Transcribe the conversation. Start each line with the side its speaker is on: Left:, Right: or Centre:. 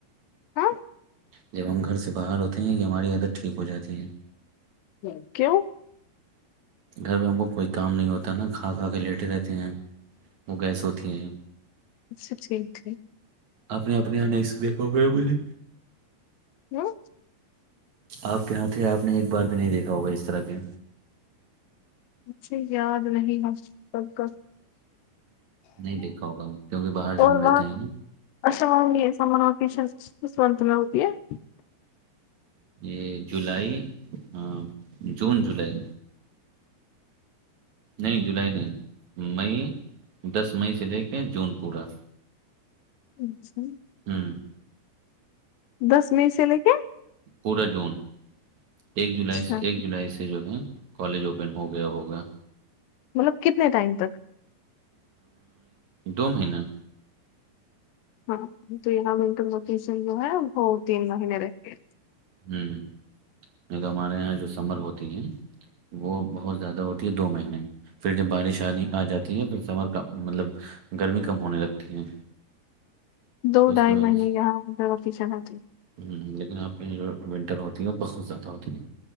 Left: ہاں
Right: جب ہم گھر سے باہر ہوتے ہیں یہ ہماری عادت ٹھیک ہو جاتی ہے
Left: ہ کیوں
Right: گھر پہ ہم کو کوئی کام نہیں ہوتا نا کھا کھا کے لیٹے رہتے ہیں وہ گیس ہوتی ہیں
Left: اچھا ٹھیک ہےٹھیک
Right: اپ نے اپنے یہاں نہیں دیکھا ہو ہے بے
Left: ہوں
Right: آپ کے ہاںھ آپ نے ایک بار بھی نہیں دیکھا ہوگا اس طرح کے
Left: مجھے یاد نہیں ہے سب کا
Right: نہیں دیکھا ہوگا ہم کیونکہ باہر جو
Left: اور
Right: ہم
Left: وہاں
Right: رہتے ہیں نا
Left: <unintelligible>
Right: یہ جولائی ہاں جون جولائی نہیں جولائی نہیں مئی دس مئی سے لے کے جون پورا
Left: اچھا
Right: ہوں
Left: دس میں سے لے کے
Right: پورے جون ایک
Left: اچھا
Right: جولائی سے ایک جولائی سے یہ جو ہے کالج اوپن ہو گیا ہوگا
Left: مطلب کتنے ٹائم تک
Right: دو مہینے
Left: ہاں تو یہاں ونٹر وکییشن جو ہے وہ تین مہینے رہ گے
Right: ہ ہ نہیں تو ہمارے یہاں جو سمبر ہوتی ہیں وہ بہت زیادہ ہوتی ہے دو مہینے پھر جب بارش آ آ جاتی ہے پھر سمر مطلب گرمی کم ہونے لگتی ہے
Left: دو
Right: تو اس
Left: ڈھائی
Right: کی وجہ
Left: مہینے
Right: سے
Left: یہاں وکییشن ہوتی ہے
Right: ہ لیکن آپ کے یہاں جو ونٹر ہوتی ہیں بہت زیادہ ہوتی ہیں